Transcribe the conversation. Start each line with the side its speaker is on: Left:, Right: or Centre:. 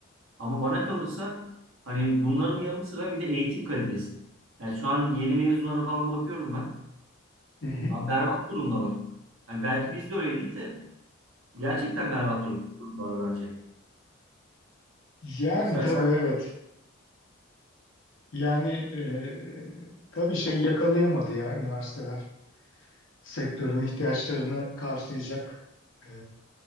Right: Ama bana kalırsa hani bunların yanı sıra bir de eğitim kalitesi. Yani şu an yeni mezunlara falan bakıyorum ben.
Left: Hı hı.
Right: Abi berbat durumdalar. Yani belki biz de öyleydik de gerçekten berbat durumdalar bence.
Left: Yani
Right: Sen,
Left: tabii
Right: sen
Left: evet. Yani e, tabii şey yakalayamadı ya üniversiteler. Sektörün ihtiyaçlarını karşılayacak e,